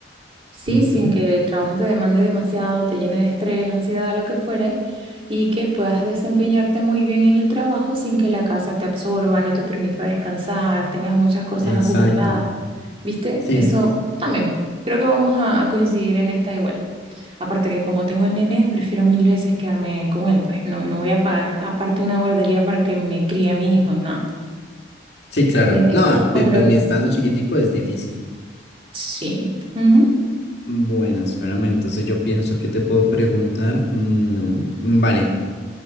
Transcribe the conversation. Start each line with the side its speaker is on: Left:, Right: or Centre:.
Right: Sí,
Left: Ujú,
Right: sin que el trabajo te demande demasiado, te llene de estrés, ansiedad, lo que fuere, y que puedas desempeñarte muy bien en el trabajo sin que la casa te absorba, no te permita descansar, tengas muchas cosas
Left: Exacto.
Right: acumuladas. ¿Viste?
Left: Sí,
Right: Eso también. Creo que vamos a, a coincidir en esta igual. Aparte que como tengo el nene, prefiero mil veces quedarme con él, pues no, no voy a pagar aparte una guardería para que me críe a mi hijo, no.
Left: sí, claro.
Right: Eh,
Left: No, pu-
Right: otro
Left: pues mi
Right: tema.
Left: estando chiquitico es difícil.
Right: Sí. Ujú.
Left: Bueno, espérame, entonces yo pienso que te puedo preguntar. mm, vale,